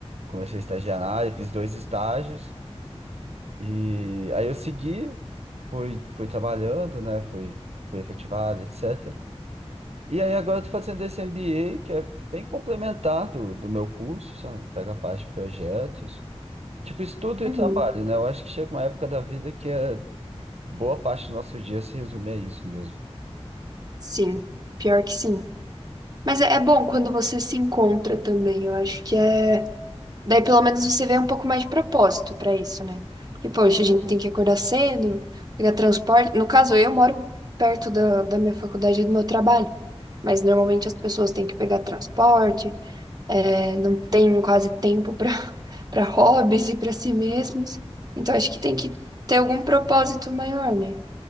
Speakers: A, on the right; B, on the right.
A: Comecei a estagiar na área, fiz dois estágios. E aí eu segui. fui, fui trabalhando, né? Fui, fui efetivado, etc. E aí agora eu tô fazendo esse MBA, que é bem complementar do, do meu curso, sabe? Pega a parte de projetos. Tipo, estudo e
B: Uhum.
A: trabalho, né? Eu acho que chega uma época da vida que é boa parte do nosso dia se resume a isso mesmo.
B: Sim, pior que sim. Mas é, é bom quando você se encontra também, eu acho que é Daí pelo menos você vê um pouco mais de propósito pra isso, né? Porque, poxa, a gente tem que acordar cedo, pegar transporte. No caso, eu moro perto da, da minha faculdade e do meu trabalho. Mas normalmente as pessoas têm que pegar transporte, é, não tem quase tempo para <laughs> para hobbies e para si mesmos. Então acho que tem que ter algum propósito maior, né?